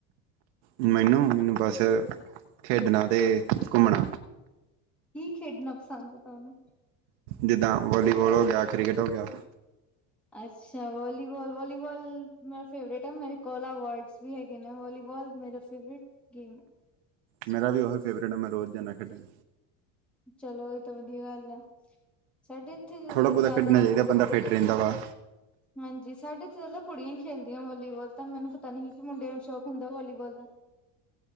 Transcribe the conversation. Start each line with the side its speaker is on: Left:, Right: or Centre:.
Right: ਮੈਨੂੰ, ਮੈਨੂੰ ਬੱਸ ਖੇਡਣਾ ਅਤੇ ਘੁੰਮਣਾ
Centre: ਕੀ ਖੇਡਣਾ ਪਸੰਦ ਐ ਤੁਹਾਨੂੰ?
Right: ਜਿੱਦਾਂ ਵਾਲੀਬਾਲ ਹੋ ਗਿਆ, ਕ੍ਰਿਕਟ ਹੋ ਗਿਆ।
Centre: ਅੱਛਾ, ਵਾਲੀਬਾਲ, ਵਾਲੀਬਾਲ ਮੇਰਾ ਫੇਵਰੇਟ ਆ ਮੇਰੇ ਕੋਲ ਅਵਾਰਡ ਵੀ ਹੈਗੇ ਨੇ ਵਾਲੀਬਾਲ ਮੇਰੇ ਸਿਵਟ ਗੇਮ
Right: ਮੇਰਾ
Centre: ਸਪੋਰਟਸ
Right: ਵੀ ਉਹੀ ਫੇਵਰੇਟ ਹੈ, ਮੈਂ ਰੋਜ਼ ਜਾਂਦਾ ਖੇਡਣ
Centre: ਚਲੋ, ਇਹ ਤਾਂ ਵਧੀਆ ਗੱਲ ਆ। ਸਾਡੇ ਇੱਥੇ
Right: ਥੋੜਾਂ ਬਹੁਤ
Centre: ਜ਼ਿਆਦਾ
Right: ਖੇਡਣਾ ਚਾਹੀਦਾਂ ਬੰਦਾ ਫਿਟ ਰਹਿੰਦਾ ਵਾ।
Centre: ਹਾਂਜੀ, ਸਾਡੇ ਚ ਚਦੋਂ ਕੁੜੀਆਂ ਹੀ ਖੇਲਦੀਆਂ ਵਾਲੀਬਾਲ ਤਾਂ ਮੈਨੂੰ ਪਤਾ ਨੀ ਕਿ ਮੁੰਡਿਆਂ ਨੂੰ ਸ਼ੌਕ ਹੁੰਦਾ ਵਾਲੀਬਾਲ ਦਾ?